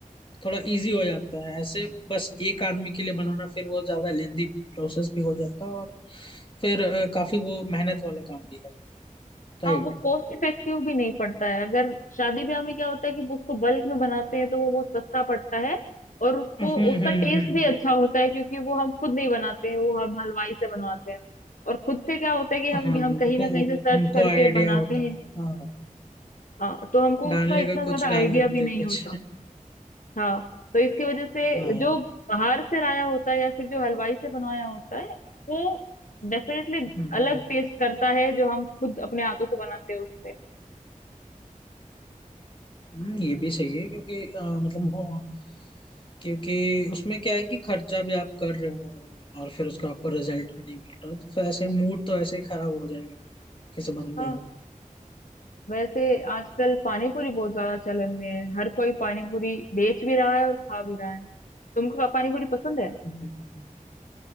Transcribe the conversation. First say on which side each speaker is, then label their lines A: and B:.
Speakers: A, on the left; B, on the left.
A: थोड़ा इजी हो जाता है ऐसे बस एक आदमी के लिए बनाना फिर वो ज्यादा लेंदी प्रोसेस भी हो जाता है और फिर अ, काफी वो मेहनत वाला काम भी है राइट
B: हाँ वो कॉस्ट इफेक्टिव भी नहीं पड़ता है अगर शादी ब्याह में क्या होता है कि उसको बल्क में बनाते हैं तो वो बहुत सस्ता पड़ता है और उसको
A: हम्म
B: उसका
A: हम्म
B: टेस्ट
A: हम्म
B: भी अच्छा होता है क्योंकि वो हम खुद नहीं बनाते हैं वो हम हलवाई से बनवाते हैं और खुद से क्या होता है कि हम
A: हाँ
B: हम
A: उनको
B: कहीं ना कहीं से सर्च
A: उनको
B: करके
A: आइडिया
B: बनाते
A: होता
B: हैं
A: है हाँ
B: हाँ तो हमको
A: डालने
B: उसका इतना
A: का कुछ
B: ज्यादा
A: डाल
B: आइडिया
A: देते
B: भी नहीं
A: कुछ
B: होता हाँ तो इसकी वजह से
A: हाँ हम्म
B: जो बाहर से लाया होता है या फिर जो हलवाई से बनवाया होता है वो डेफिनेटली
A: हम्म
B: अलग टेस्ट करता है जो हम खुद अपने हाथों से बनाते हैं उससे
A: हम्म, ये भी सही है क्योंकि अ, मतलब हो क्योंकि उसमें क्या है कि खर्चा भी आप कर रहे हो और फिर उसका आपको रिजल्ट भी नहीं मिल रहा तो फिर ऐसे मूड तो ऐसे ही खराब हो जाएगा किसी बंदे
B: हाँ
A: का
B: वैसे आजकल पानी पूरी बहुत ज्यादा चलन में है हर कोई पानी पूरी बेच भी रहा है और खा भी रहा है तुमको पानी पूरी पसंद है
A: हम्म, हम्म, हम्म।